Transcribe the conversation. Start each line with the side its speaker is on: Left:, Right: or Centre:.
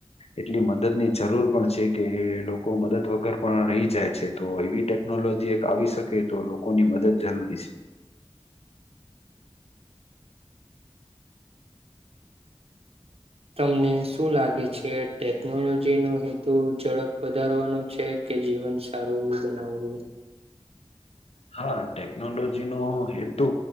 Left: એટલી મદદની જરૂર પણ છે. કે લોકો મદદ વગર પણ રહી જાય છે, તો એવી ટેકનોલોજી એક આવી શકે તો લોકોની મદ જ જરૂરી છે.
Right: તમને શું લાગે છે ટેકનોલોજી નો હેતુ ઝડપ વધારવાનો છે કે જીવન સારું બનાવવું?
Left: હા ટેકનોલોજી નો હેતુ